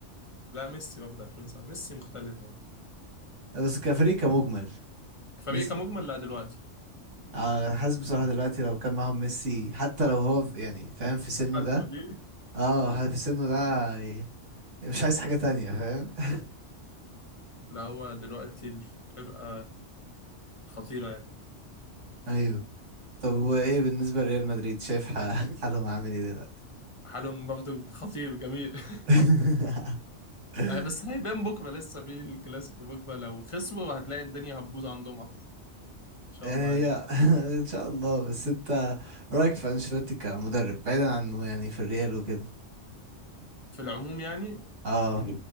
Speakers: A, on the left (about 30°); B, on the right (about 80°).
A: لا ميسي ببدأ 2019 ميسي مختلف بقى.
B: بس كفريق كمجمل
A: فريق
B: ميسي
A: كمجمل لا دلوقتي
B: آه حاسس بصراحة دلوقتي لو كان معاهم ميسي حتى لو هو في- يعني فاهم في سنه
A: في حالته
B: ده
A: دي
B: اه ح- في سنه ده ي- مش عايز حاجة تانية فاهم <laughs>
A: لا هو دلوقتي الفرقة خطيرة يعني
B: ايوه طب وايه بالنسبة لريال مدريد شايف ح- <laughs> حالهم عامل ايه دلوقتي
A: حالهم برضه خطير جميل <laughs>
B: <laughs> يعني
A: آه، بس هيبان بكرة لسه في الكلاسيكو بكرة لو خسروا هتلاقي الدنيا هتبوظ عندهم أكتر إن شاء
B: هي
A: الله يعني
B: <laughs> ان شاء الله بس انت رايك في انشيلوتي كمدرب بعيدا عنه يعني في الريال وكده
A: في العموم يعني
B: اه